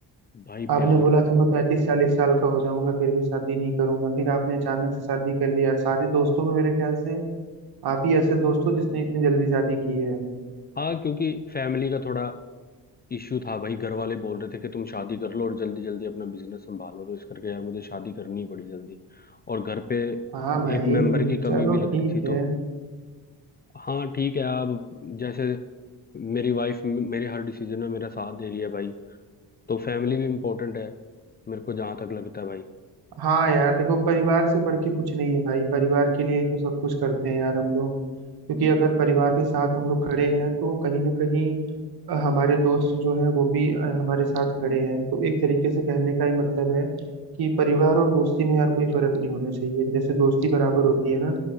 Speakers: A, on the left; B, on the right.
A: भाई
B: आपने
A: प्यार
B: बोला था मैं पैंतीस चालीस साल का हो जाऊंगा फिर भी शादी नहीं करूंगा फिर आपने अचानक से शादी कर ली यार सारे दोस्तों में मेरे ख्याल से आप ही ऐसे दोस्त हो जिसने इतनी जल्दी शादी की है
A: हाँ क्योंकि फैमिली का थोड़ा इश्यू था भाई घर वाले बोल रहे थे कि तुम शादी कर लो और जल्दी जल्दी अपना बिजनेस संभालो तो इस करके यार मुझे शादी करनी ही पड़ी जल्दी और घर पे
B: हाँ भाई
A: एक मेंबर की कमी
B: चलो
A: भी लग
B: ठीक
A: रही थी तो
B: है
A: हाँ ठीक है आप जैसे मेरी वाइफ मेरे हर डिसीजन में मेरा साथ दे रही है भाई तो फैमिली भी इम्पोर्टेंट है मेरे को जहाँ तक लगता है भाई
B: हाँ यार देखो परिवार से बढ़ के कुछ नहीं है भाई परिवार के लिए ही तो सब कुछ करते हैं यार हम लोग क्योंकि अगर परिवार के साथ हम लोग खड़े हैं तो कहीं ना कहीं अ, हमारे दोस्त जो है वो भी अ, हमारे साथ खड़े हैं तो एक तरीके से कहने का ही मतलब है कि परिवार और दोस्ती में यार कोई फर्क नहीं होना चाहिए जैसे दोस्ती बराबर होती है ना